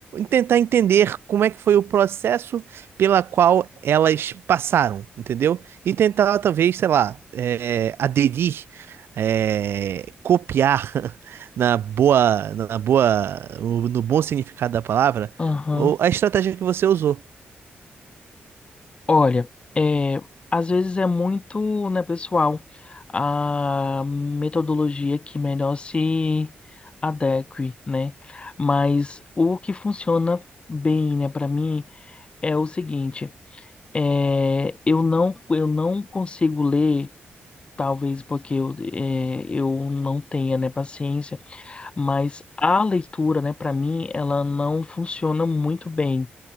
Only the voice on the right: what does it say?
tentar entender como é que foi o processo pela qual elas passaram, entendeu? E tentar, talvez, sei lá, é, aderir, é, copiar <laughs> na boa, na boa, no bom significado da palavra,
ou a estratégia que você usou.